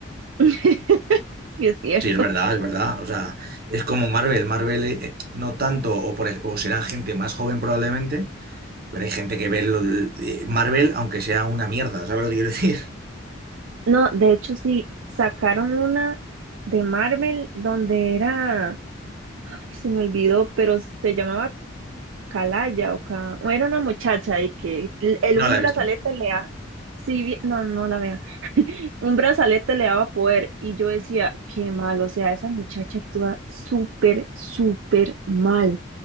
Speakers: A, on the right (about 75°); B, on the right (about 50°).
A: <laughs> Sí, es cierto.
B: Sí, es verdad, es verdad. O sea, es como Marvel. Marvel eh, no tanto, o, por ej- o será gente más joven probablemente, Pero hay gente que ve lo- eh, Marvel, aunque sea una mierda, ¿sabes lo que quiero decir? <laughs>
A: No, de hecho sí, sacaron una de Marvel donde era, ay, se me olvidó, pero se llamaba Calaya o Ca... o Era una muchacha y que el, el- un
B: No la
A: brazalete
B: he visto.
A: le da... Sí, vi- no, no la vea. <laughs> Un brazalete le daba poder y yo decía, qué mal, o sea, esa muchacha actúa súper, súper mal.